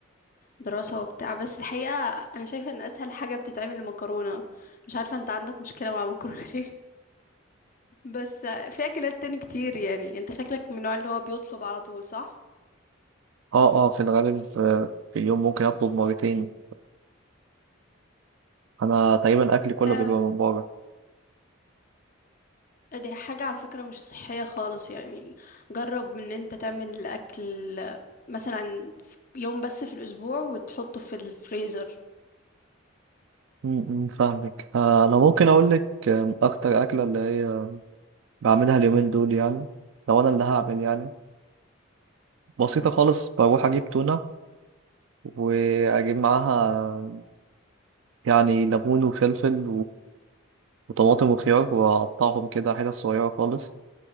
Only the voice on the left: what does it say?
الدراسه وبتاع بس الحقيقه انا شايفه ان اسهل حاجه بتتعمل المكرونه مش عارفه انت عندك مشكله مع المكرونه ليه بس في اكلات تاني كتير يعني انت شكلك من النوع اللي هو بيطلب على طول صح
آه
دي حاجة على فكرة مش صحية خالص يعني جرب ان انت تعمل الاكل مثلا في يوم بس في الاسبوع وتحطه في الفريزر
مم.